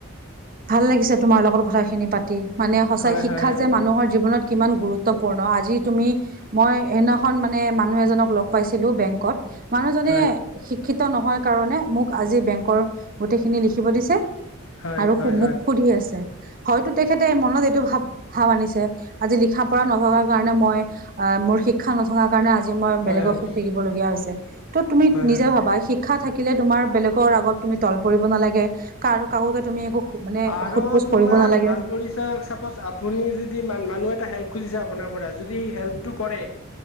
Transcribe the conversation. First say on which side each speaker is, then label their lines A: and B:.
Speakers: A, on the right; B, on the left.
A: ভাল লাগিছে তোমাৰ লগত কথাখিনি পাতি মানে সঁচাই
B: হয়
A: শিক্ষা
B: হয়
A: যে মানুহৰ জীৱনত কিমান গুৰুত্বপুৰ্ণ আজি তুমি মই সেইদিনাখন মানে মানুহ এজনক লগ পাইছিলো বেংকত মানুহজনে
B: হয়
A: শিক্ষিত নহয় কাৰণে মোক আজি বেংকৰ গোটেইখিনি লিখিব দিছে।
B: হয়
A: আৰু
B: হয়
A: সু
B: হয়
A: মোক সুধি আছে। হয়টো তেখেতে মনত এইটো ভাৱ ভাৱ আনিছে আজি লিখা পঢ়া নথকাৰ কাৰণে মই অঁ মোৰ শিক্ষা নথকাৰ কাৰণে আজি আজি মই বেলেগক
B: হয় হয়
A: সুধি থাকিব লগীয়া হৈছে। ত' তুমি
B: হয়
A: নিজে
B: হয় হয়
A: ভাবা শিক্ষা থাকি থাকিলে তোমাৰ বেলেগৰ আগত তুমি তল পৰিব নালাগে, কাৰ কাৰোকে তুমি একো মানে
B: আৰু
A: সোধ পোছ
B: তোমাৰ
A: কৰিব নালাগে
B: ভাল পৰিচয় চাপজ আপুনি যদি মানুহ এটা হেল্প- খুজিছে আপোনাৰ পৰা যদি হেল্পটো কৰে,